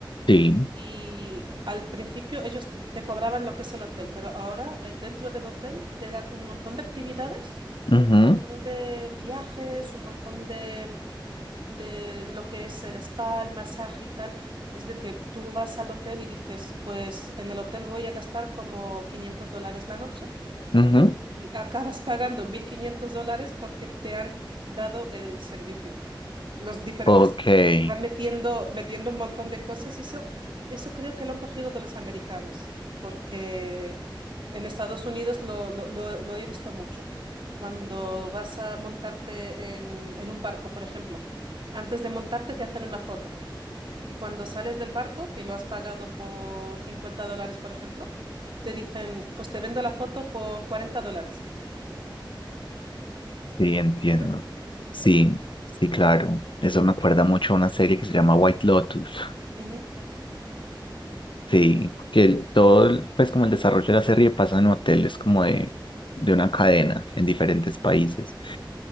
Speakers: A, on the left (about 70°); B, on the right (about 70°).
A: Sí.
B: Y al principio ellos te te cobraban lo que es el hotel, pero ahora eh, dentro del hotel te dan un montón de actividades,
A: Ujú,
B: un montón de viajes, un montón de, de lo que es el spa, el masaje y tal. Es decir, tú vas al hotel y dices, pues en el hotel voy a gastar como 500 dólares la noche
A: ujú.
B: y acabas <laughs> pagando 1.500 dólares porque te han dado el servicio los diferentes
A: Ok,
B: servicios.
A: sí,
B: Van metiendo, metiendo un montón de cosas y eso, eso creo que lo han cogido de los americanos, porque en Estados Unidos lo, lo- lo- lo he visto mucho. Cuando vas a montarte en, en un barco, por ejemplo, antes de montarte te hacen una foto. Y cuando sales del barco, que lo has pagado por 50 dólares, por ejemplo, te dicen, pues te vendo la foto por cuarenta dólares.
A: entiendo.
B: ¿Entiendes?
A: Sí, sí, claro. Eso me acuerda mucho a una serie que se llama White Lotus. <laughs>
B: Ujú.
A: Sí, que el- todo, el- pues como el desarrollo de la serie pasa en hoteles como de, de una cadena en diferentes países,